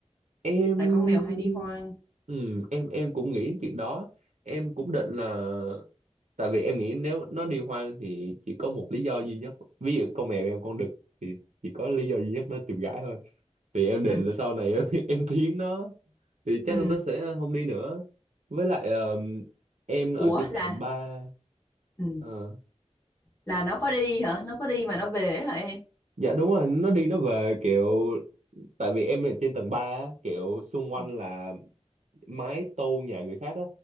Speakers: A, on the right (about 75°); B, on the left (about 20°).
A: em
B: tại con mèo hay đi hoang
A: ừ, em em cũng nghĩ chuyện đó em cũng định là tại vì em nghĩ nếu nó đi hoang thì chỉ có một lý do duy nhất ví dụ con mèo em con đực thì chỉ có lý do duy nhất nó tìm gái thôi thì em định
B: ừ.
A: là sau này em <laughs> em thiến nó thì chắc
B: Ừ.
A: nó sẽ không đi nữa với lại ờ, em ở
B: ủa
A: trên tầng
B: là
A: ba
B: ừ.
A: ờ,
B: là nó có đi hả nó có đi mà nó về ấy hả em
A: Dạ đúng rồi, nó đi nó về kiểu tại vì em ở trên tầng 3 á, kiểu xung quanh
B: ừ.
A: là mái tôn nhà người khác á.